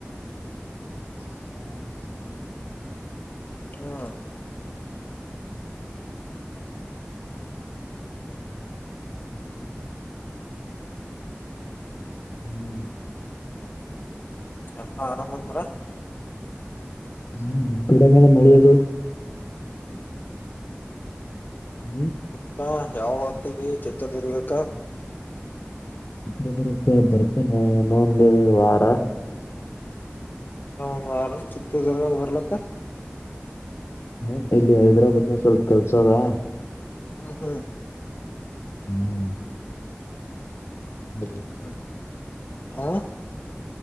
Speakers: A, on the left; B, on the left.
A: <unintelligible>
B: ಹಾ
A: <unintelligible> <unintelligible>
B: <unintelligible>
A: ಹ್ಮ್
B: ಎಲ್ಲ ಆರಾಮ್ ಅಂದ್ರ.
A: ಹ್ಮ್ <unintelligible> ಮಳೆ ಎಲ್ಲಿ. ಹ್ಮ್
B: ಮತ್ತ ಯಾವಗ ಹೊಂಟಿದಿ ಚಿತ್ರದುರ್ಗಕ್ಕ.
A: ಚಿತ್ರದುರ್ಗಕ್ಕ ಬರ್ತೇನೀ ಇನೋಂದ ವಾರ.
B: ಚಿಇನ್ನ ಒಂದು ವಾರ ಚಿತ್ರದುರ್ಗಗ ಬರಲಂತಾ.
A: ಹ ಇಲ್ಲಿ ಹೈದ್ರಾಬಾದ್ನ ಗ ಸ್ವಲ್ಪ ಕೆಲಸ ಆದಾ.
B: ಹಾ ಹಾ
A: ಹ್ಮ್ <unintelligible>
B: ಹ್ಮ್ ಹಾ